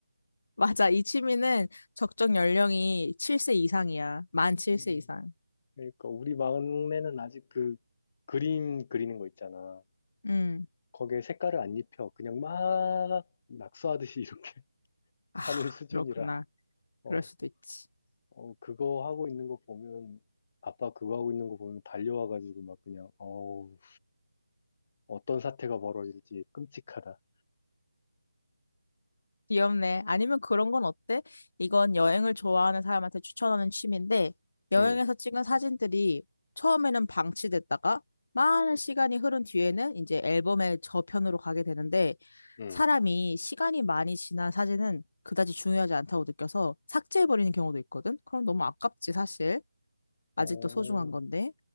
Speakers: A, on the left; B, on the left.
A: 맞아. 이 취미는 적정 연령이 7세 이상이야. 만 7세
B: 음.
A: 이상.
B: 그러니까 우리 막내는 아직 그 그림 그리는 거 있잖아.
A: 음.
B: 거기에 색깔을 안 입혀. 그냥 막 낙서하듯이 <laughs> 이렇게
A: 아,
B: 하는 수준이라.
A: 그렇구나.
B: 어,
A: 그럴 수도 있지.
B: 어, 그거 하고 있는 거 보면, 아빠 그거 하고 있는 거 보면 달려와가지고 막 그냥, 어우, 어떤 사태가 벌어질지 끔찍하다.
A: 귀엽네. 아니면 그런 건 어때? 이건 여행을 좋아하는 사람한테 추천하는 취미인데, 여행에서
B: 응,
A: 찍은 사진들이 처음에는 방치됐다가, 많은 시간이 흐른 뒤에는 이제 앨범의 저편으로 가게 되는데,
B: 응.
A: 사람이 시간이 많이 지난 사진은 그다지 중요하지 않다고 느껴서 삭제해버리는 경우도 있거든? 그럼 너무 아깝지, 사실.
B: 어,
A: 아직도 소중한 건데.